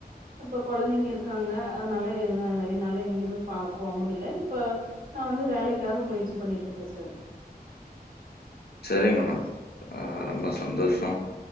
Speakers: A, on the right; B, on the left.
A: இப்ப கொழந்தைங்க இருக்காங்க அதனால என என்னால எங்கேயுமே போக முடியல இப்ப நான் வந்து வேலைக்காக முயற்சி பண்ணிட்டுருக்கேன் சார்
B: செரிங்க மேடம் ஆஹ ரொம்ப சந்தோஷம்